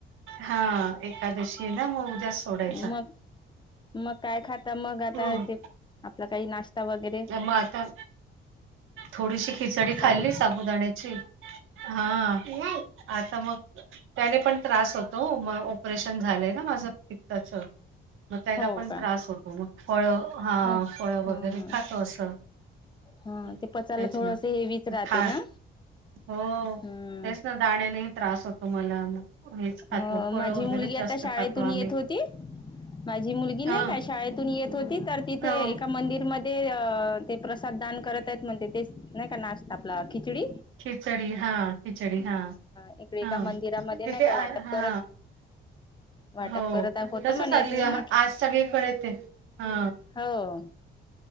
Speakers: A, on the right; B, on the left.
A: हा एकादशी आहे ना म उद्या सोडायचा.
B: मग मग काय खाता मग आता
A: हम्म
B: ते प आपला काही नाश्ता वगैरे?
A: मग आता थोडीशी खिचडी खाल्ली
B: साबू
A: साबुदाण्याची हा. आता मग त्याने पण त्रास होतो म ऑपरेशन झालंय ना माझं पित्ताचा. मग त्याना
B: हो
A: पण
B: का
A: त्रास होतो मग फळं हा
B: ह
A: फळं वगैरे
B: ह
A: खातो असं.
B: हा
A: हम्म,
B: ते पचायला
A: तेच
B: थोडस
A: ना
B: हेवीच राहते
A: खा
B: ना
A: हो
B: हम्म.
A: तेच ना दाण्याने ही त्रास होतो मला मग. हेच खातो
B: हो
A: फळ
B: माझी
A: वगैरे
B: मुलगी
A: जास्त
B: आता शाळेतून
A: खातो आम्ही
B: येत होती माझी मुलगी नाही
A: हा
B: काय शाळेतून येत होती तर तिथे
A: हो
B: एका मंदिरम ते अ ते प्रसाद दान करत आहेत म्हणते तेच नाही का नाश्ता आपला खिचडी.
A: खिचडी हा खिचडी हा
B: इकडे
A: हा
B: एका मंदिरामध्ये
A: तिथे
B: नाही का
A: आय
B: वाटप
A: हा.
B: करत वाटप
A: हो
B: करत होतं
A: तसंच
B: म्हणे
A: चालू
B: मी म्हट
A: आहे आज सगळीकडे ते हा.
B: हाव.